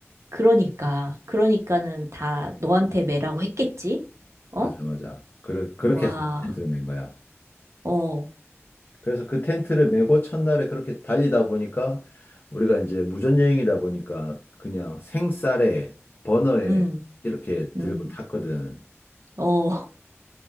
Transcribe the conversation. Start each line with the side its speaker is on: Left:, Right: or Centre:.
Right: 그러니까. 그러니까는 다 너한테 매라고 했겠지? 어?
Left: 맞아, 맞아. 그러, 그렇게
Right: 와,
Left: 해서 내가 텐트를 맨 거야.
Right: 어,
Left: 그래서 그 텐트를 메고 첫날에 그렇게 달리다 보니까 우리가 이제 무전여행이다 보니까 그냥 생쌀에 버너에
Right: 음,
Left: 이렇게
Right: 음,
Left: 들고 탔거든.
Right: 어,